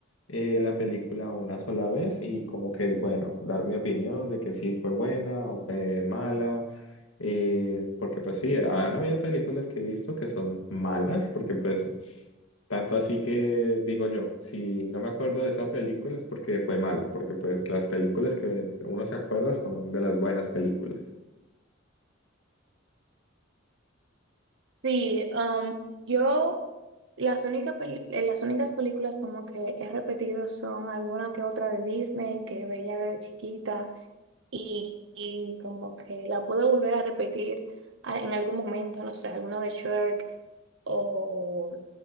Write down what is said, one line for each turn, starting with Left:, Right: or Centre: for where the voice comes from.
Left: eh, la película una sola vez y como que, bueno, dar mi opinión de que sí fue buena o fue mala eh, porque pues sí, han habido películas que he visto que son malas, porque pues tanto así que digo yo, si no me acuerdo de esa película es porque fue mala, porque pues las películas que uno se acuerda son de las buenas películas.
Right: Sí, um, yo las únicas, las únicas películas como que he repetido son alguna que otra de Disney que veía de chiquita y, y como que la puedo volver a repetir a- en algún momento, no sé, alguna de Shrek o